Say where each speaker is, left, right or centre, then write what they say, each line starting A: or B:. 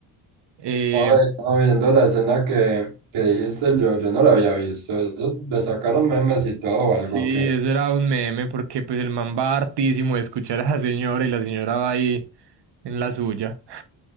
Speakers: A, on the right (about 60°); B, on the right (about 80°).
A: Eh,
B: Oye, no, viendo la escena que, que dijiste, yo, yo no la había visto. Eso, le sacaron memes y todo, o
A: sí,
B: algo que.
A: eso era un meme porque, pues, el man va hartísimo de escuchar a la señora y la señora va ahí en la suya.